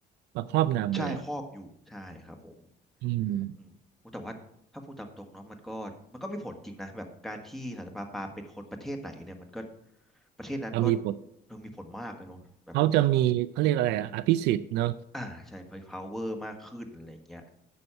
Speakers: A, on the right; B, in the centre.
A: มาครอบงำเลยอ่ะ
B: ใช่ครอบอยู่ใช่ครับผม
A: อืม
B: อืมโอ้แต่ว่าถ้าพูดตามตรงเนาะมันก็มันก็มีผลจริงนะแบบการที่สันตะปาปาเป็นคนประเทศไหนเนี่ยมันก็ประเทศนั้นก็
A: เอามีบท
B: เออมีผลมากเลยเนาะแบบ
A: เขาจะมีเขาเรียกอะไรอะอภิสิทธิ์เนาะ
B: อ่าใช่ power มากขึ้นอะไรอย่างเงี้ย